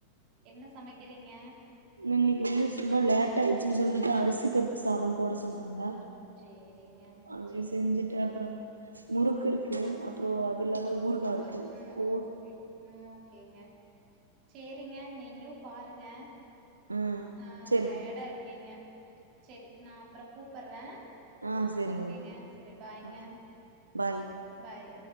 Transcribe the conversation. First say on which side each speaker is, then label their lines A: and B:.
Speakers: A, on the right; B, on the right.
A: என்ன சமைக்கிறீங்க
B: நின்னிக்கு வந்து சும்மா லேட் ஆயிர்ச்சுனு சொல்லிட்டு அரிசி பருப்பு சாதம் போட சொன்னாங்க
A: சேரிங்க.
B: அதைய
A: சேரி.
B: செஞ்சுட்டு அப்புறம் முறுக்கு இருக்கு அப்றோ
A: ம்.
B: அது இல்லாம ஊறுகா இருக்கு
A: தொ ம்
B: போது
A: ஓகே. ம் ஓகேங்க சேரிங்க நீங்களு பாருங்க
B: ம்
A: ஆ
B: செரிங்க
A: டயர்டா இருப்பீங்க சேரி நா அப்பறோ கூப்பர்றே
B: ஆ செரிங்க
A: ஓகேங்க சேரி பாய்ங்க
B: ஓகே பாய்
A: பாய்